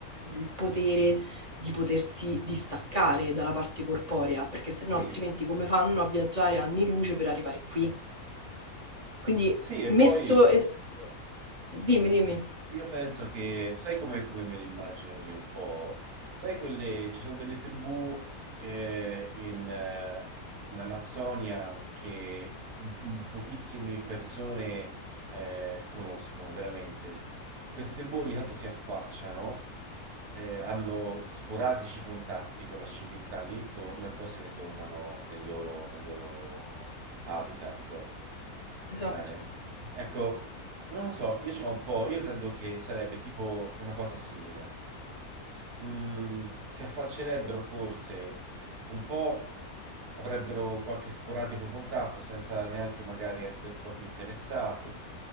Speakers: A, on the right; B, on the right.
A: il potere di potersi distaccare dalla parte corporea, perché se no
B: Sì,
A: altrimenti come fanno a viaggiare anni luce per arrivare qui? Quindi
B: sì, e
A: messo...
B: poi
A: e- Dimmi, dimmi.
B: Io penso che, sai come, come me le immagino io un po'? Sai quelle, ci sono delle tribù eh, in, eh, in Amazzonia che m- m- pochissime persone eh, conoscono veramente. Queste tribù ogni tanto si affacciano, eh, hanno sporadici contatti con la civiltà lì intorno e poi se ne tornano nel loro, nel loro habitat.
A: Esatto,
B: Bene. Ecco, non lo so, io c'ho un po', io credo che sarebbe tipo una cosa simile. Mm, si affaccerebbero forse un po', avrebbero qualche sporadico contatto senza neanche magari essere troppo interessati